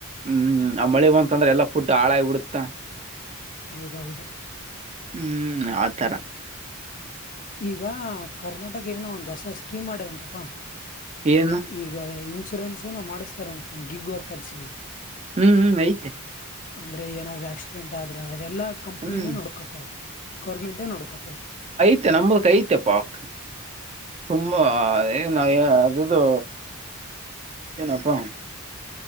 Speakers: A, on the right; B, on the left.
A: ಹ್ಮ್ ಆ ಮಳಿ ಬಂತಂದ್ರ ಎಲ್ಲಾ ಫುಡ್ ಹಾಳಾಗಿ ಬಿಡ್ತಾ
B: ಹೌದೌದು
A: ಹ್ಮ್ ಆತರ
B: ಈಗ ಕರ್ನಾಟಕ ಏನೋ ಒಂದು ಹೊಸ ಸ್ಕೀಮ್ ಮಾಡ್ಯದಂತಪಾ
A: ಏನು
B: ಈಗ ಇ ಇನ್ಸುರೆನ್ಸ್ ಏನೋ ಮಾಡ್ತಾರ ಅಂತ ನಿಮ್ ಗಿಗ್ ವರ್ಕರ್ಸಿಗೆ
A: ಹ್ಮ್ ಹ್ಮ್ ಐತೆ
B: ಅಂದ್ರೆ ಏನಾದ್ರೂ ಆಕ್ಸಿಡೆಂಟ್ ಆದ್ರ ಅದೆಲ್ಲಾ ಕಂಪ್ನಿನೇ
A: ಹ್ಮ್
B: ನೋಡ್ಕೊತದ ಗೌರ್ಮೆಂಟೇ ನೋಡ್ಕೊತದ
A: ನ ನಮ್ದುಕ ಐತೆಪಾಕ್ ತುಂಬಾ ಏನ್ ಅಯ ಅದುದು ಏನಪ್ಪ